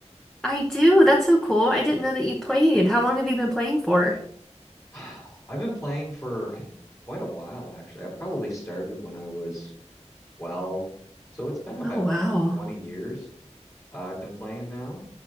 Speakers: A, in the centre; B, on the left.
A: I do. That's so cool. I didn't know that you played. How long have you been playing for?
B: <sighs> I've been playing for quite a while, actually. I probably started when I was 12, so it's been about
A: Oh wow.
B: like 20 years. uh, I've been playing now.